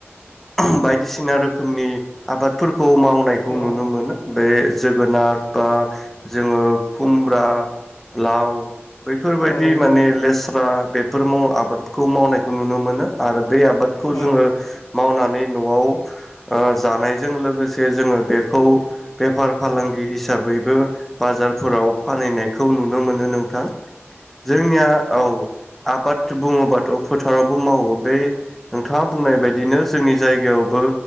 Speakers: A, in the centre; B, on the left.
A: <unintelligible> बायदिसिना रोखोमनि आबादफोर खौ मावनायखौ
B: औ
A: नुनो मोनो बे जोगोनार बा जोङो खुमब्रा लाव बैफोरबायदि
B: नोंथां
A: माने लेस रा बेफोर आबादखौ मावनायखौ नुनो मोनो आरो बे आबादखौ
B: औ
A: जोङो मावनानै न'आव ओ जानायजों लोगोसे जोङो बेखौ बेफार फालांगि हिसाबैबो बाजारफोराव फानहैनाय खौ नुनो मोनो नोंथां। जोंनिया औ । आबाद बुङोबाथ' फोथारावबो मावो बे नोंथाङा बुंनाय बायदिनो जोंनि जायगायावबो